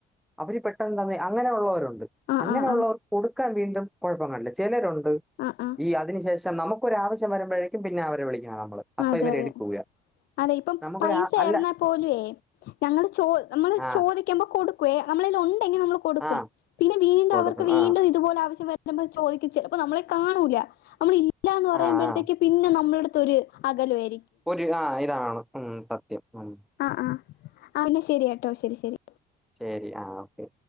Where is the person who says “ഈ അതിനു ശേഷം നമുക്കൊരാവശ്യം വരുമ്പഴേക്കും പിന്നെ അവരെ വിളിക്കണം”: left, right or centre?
Centre